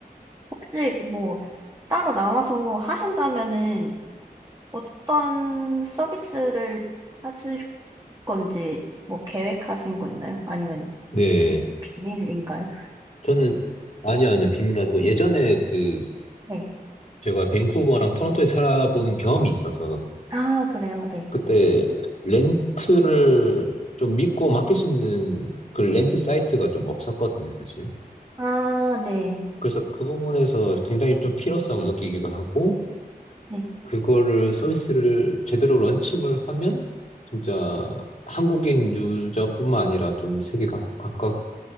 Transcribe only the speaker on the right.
혹시 뭐 따로 나와서 하신다면은 어떤 서비스를 하실 건지 뭐 계획하신 거 있나요? 아니면
좀 비밀인가요?
네.
아, 그래요. 네.
아, 네.
네.